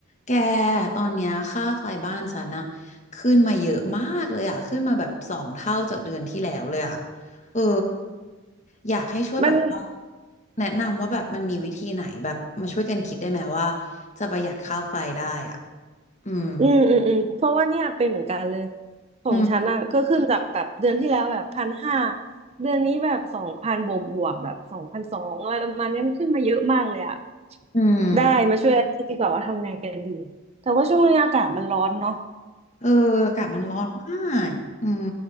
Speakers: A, on the left (about 35°); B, on the right (about 30°).
A: แกตอนเนี้ยค่าไฟบ้านฉันนะขึ้นมาเยอะมากเลยอะขึ้นมาแบบสองเท่าจากเดือนที่แล้วเลยอะเอออยากให้ช่วยแบบว่า
B: มัน
A: แนะนำว่าแบบมันมีวิธีไหนแบบมาช่วยกันคิดได้ไหมว่าจะประหยัดค่าไฟได้อ่ะอืม
B: อืมอืมอืมเพราะว่าเนี่ยเป็นเหมือนกันเลยของฉันอ่ะก็ขึ้นจากแบบเดือนที่แล้วแบบพันห้า
A: อืม
B: เดือนนี้แบบสองพันบวกบวกแบบสองพันสองอะไรประมาณเนี้ยมันขึ้นมาเยอะมากเลยอ่ะ
A: อืม
B: ได้มาช่วยคิดดีกว่าว่าทำไงกันดี แต่ว่าช่วงนี้อากาศมันร้อนเนาะ
A: เอออากาศมันร้อนมากอืม